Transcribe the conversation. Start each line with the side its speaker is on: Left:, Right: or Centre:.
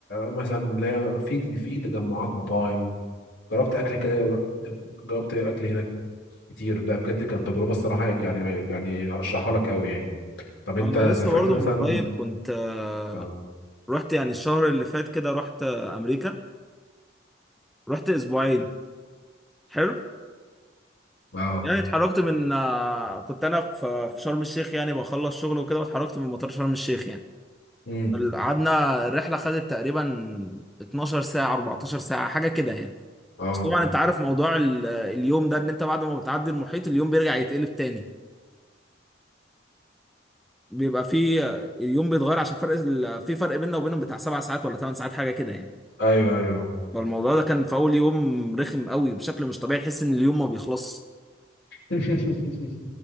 Left: مثلا اللي هي في في تجمعات مطاعم جربت اكل كده جربت اكل هناك كتير لا بجد كانت تجربه الصراحه يعني يعني ارشحها لك قوي يعني طب انت
Centre: انا لسه
Left: سافرت
Centre: برضه
Left: مثلا
Centre: من قريب كنت آه،
Left: اه
Centre: رحت يعني الشهر اللي فات كده رحت آه، امريكا رحت اسبوعين حلو
Left: اه
Centre: يعني اتحركت من آه، كنت انا في في شرم الشيخ يعني بخلص شغل وكده واتحركت من مطار شرم الشيخ يعني
Left: امم
Centre: قعدنا الرحله خدت تقريبا 12 ساعه 14 ساعه حاجه كده يعني
Left: اه
Centre: بس طبعا انت عارف موضوع ال- اليوم ده ان انت بعد ما بتعدي المحيط اليوم بيرجع يتقلب تاني بيبقى فيه اليوم بيتغير عشان فرق ال- في فرق بيننا وبينهم بتاع سبع ساعات ولا ثمان ساعات حاجه كده يعني
Left: ايوه ايوه
Centre: فالموضوع ده كان في اول يوم رخم قوي بشكل مش طبيعي تحس ان اليوم ما بيخلصش
Left: <laughs>